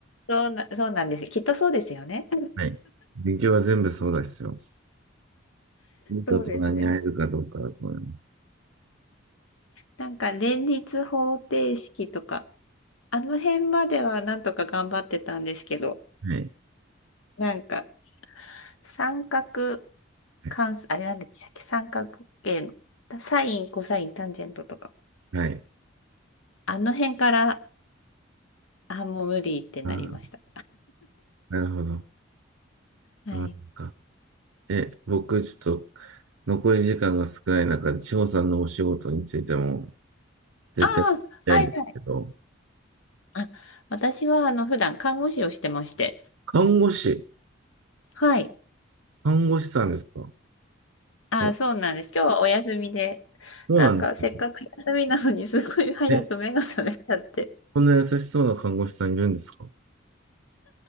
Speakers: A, on the left; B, on the right.
A: そうな、そうなんです。きっとそうですよね。
B: はい。勉強は全部そうですよ。いい大人に会えるかどうかだと思います。
A: そうですね。なんか連立方程式とか、あの辺まではなんとか頑張ってたんですけど、
B: はい。
A: なんか三角
B: はい。
A: 関数、あれなんでしたっけ三角形の。サイン、コサイン、タンジェントとか。
B: はい
A: あの辺から、あ、もう無理ってなりました。
B: あー、なるほど。
A: はい。
B: あーなんか、え、僕、ちょっと、残り時間が少ない中で、千穂さんのお仕事についても、絶対聞きたいんですけど、
A: ああ、はいはい。あ、私は、あの、普段看護師をしてまして。
B: 看護師、
A: はい。
B: 看護師さんですか
A: あ、
B: お、
A: そうなんです。今日はお休みで。
B: そうなんですね。
A: なんか、せっかく休みなのに、すごい早く目が覚めちゃって。
B: え、こんな優しそうな看護師さんいるんですか